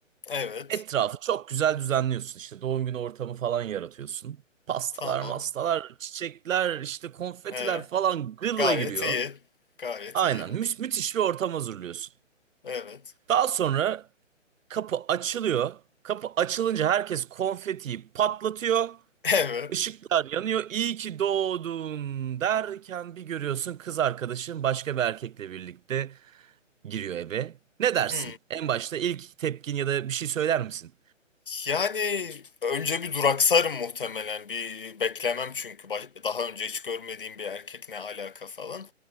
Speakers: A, on the left; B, on the right.
A: Evet.
B: etrafı çok güzel düzenliyorsun. İşte doğum günü ortamı falan yaratıyorsun. Pastalar,
A: Tamam.
B: mastalar, çiçekler, işte konfetiler
A: E,
B: falan gırla
A: gayet
B: giriyor.
A: iyi. Gayet
B: Aynen
A: iyi.
B: mü- müthiş bir ortam hazırlıyorsun.
A: Evet.
B: Daha sonra kapı açılıyor. Kapı açılınca herkes konfetiyi patlatıyor.
A: <laughs>
B: Işıklar
A: Evet.
B: yanıyor. İyi ki doğdun derken bir görüyorsun kız arkadaşın başka bir erkekle birlikte giriyor eve. Ne dersin?
A: Hı.
B: En başta ilk tepkin ya da bir şey söyler misin?
A: Yani önce bir duraksarım muhtemelen. Bir beklemem çünkü baş- daha önce hiç görmediğim bir erkek ne alaka falan.